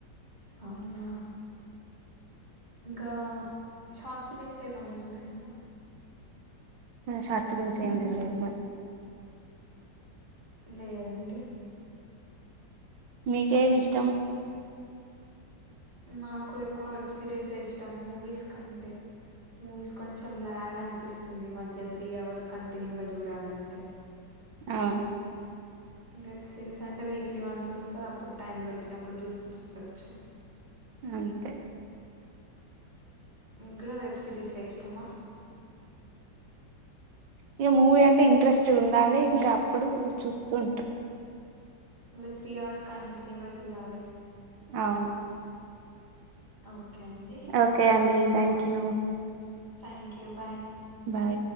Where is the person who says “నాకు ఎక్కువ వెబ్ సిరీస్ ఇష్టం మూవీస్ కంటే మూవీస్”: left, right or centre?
Right